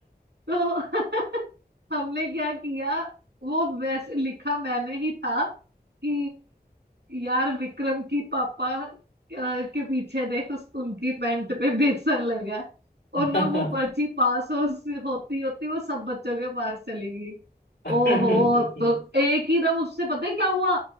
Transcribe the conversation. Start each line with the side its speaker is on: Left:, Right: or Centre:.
Right: तो <laughs> हमने क्या किया वो वैसे लिखा मैंने ही था कि यार विक्रम की पापा अ, के पीछे देख उस उनकी पैंट पे बेसन लगा है।
Left: हाँ
Right: और ना वो पर्ची पास हो होती होती वो सब बच्चों के पास चली गई
Left: <laughs>
Right: ओहो
Left: हाँ हाँ
Right: तो एक ही दम उससे पता है क्या हुआ